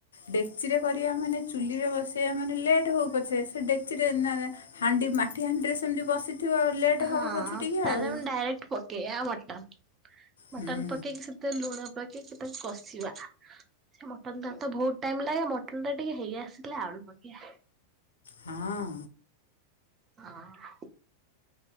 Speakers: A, on the left (about 65°); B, on the right (about 25°).
A: ଡେକ୍ଚିରେ କରିବା ମାନେ ଚୁଲିରେ ବସେଇବା ମାନେ ଲେଟ୍ ହଉ ପଛେ ସେ ଡେକ୍ଚିରେ ନା ନା ହାଣ୍ଡି ମାଠି ହାଣ୍ଡିରେ ସେମିତି ବସିଥିବ ଲେଟ୍
B: ହଁ
A: ହବ ପଛେ ଟିକେ
B: ତାହେଲେ
A: ଆଉ।
B: ଆମେ ଡାଇରେକ୍ଟ ପକେଇବା ମଟନ୍ ମଟନ୍
A: ହୁଁ
B: ପକେଇକି ସେଥିରେ ଲୁଣ ପକେଇକି ତାକୁ କଷିବା। ସେ ମଟନ୍ ଟା ତ ବହୁତ ଟାଇମ ଲାଗେ ମଟନ୍ ଟା ଟିକେ ହେଇ ଆସିଲା ଆଳୁ ପକିଆ
A: ହଁ
B: ହଁ